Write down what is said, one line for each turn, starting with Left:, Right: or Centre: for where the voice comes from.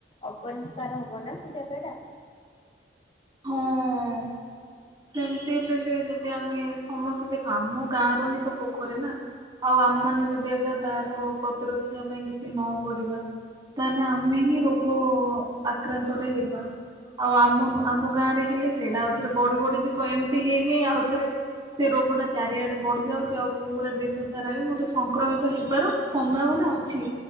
Left: ଅପରିଷ୍କାର ହବ ନା ସେ ଜାଗା ଟା।
Right: ହଁ। ଏମ୍ତି ହେଲେଲେ ଯଦି ଆମେ ସମସ୍ତେ ଦେଖ ଆମ ଗାଁ ର ହିଁ ତ ପୋଖରୀ ନା ଆଉ ଆମେମାନେ ଯଦି ଆକା ତାର ପ୍ରତିରକ୍ଷା ପାଇଁ କିଛି ନକରିବା ତାହେଲେ ଆମେ ହିଁ ରୋଗ ଆକ୍ରାନ୍ତରେ ହେବା ଆଉ ଆମ ଆମ
Left: ହଁ
Right: ଗାଁ ରେ ହେଲେ ସେଇଟା ଆଉଥରେ ବଡି-ବଡି ଯିବ ଏମ୍ତି ହେଇ-ହେଇ ଆଉ ଥରେ ସେ ରୋଗ ଟା ଚାରିଆଡେ ବଢି ଯାଉଚି ଆଉ ପୁରା ଦେଶ ସାରା ବି ମତେ ସଂକ୍ରମିତ ହେବାର ସମ୍ଭାବନା ଅଛି